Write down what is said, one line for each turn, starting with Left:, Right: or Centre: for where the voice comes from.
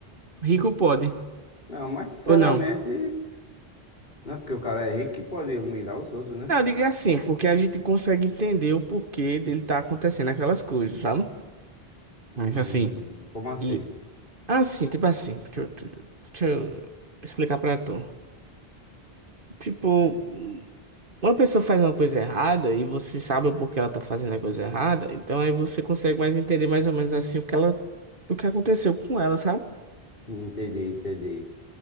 Right: Rico pode.
Left: Não, mas sinceramente,
Right: Ou não?
Left: não é porque o cara é rico que pode humilhar os outros, né?
Right: Não, diga assim, porque a gente consegue entender o porquê dele tá acontecendo aquelas coisas, sabe?
Left: Hum,
Right: Mas assim.
Left: como assim?
Right: E. Assim, tipo assim. Deixa eu, deixa eu deixa eu explicar pra tu. Tipo. Uma pessoa faz uma coisa errada e você sabe o porquê ela tá fazendo a coisa errada, então aí você consegue mais entender mais ou menos assim o que ela, o que aconteceu com ela, sabe?
Left: Sim, entendi, entendi.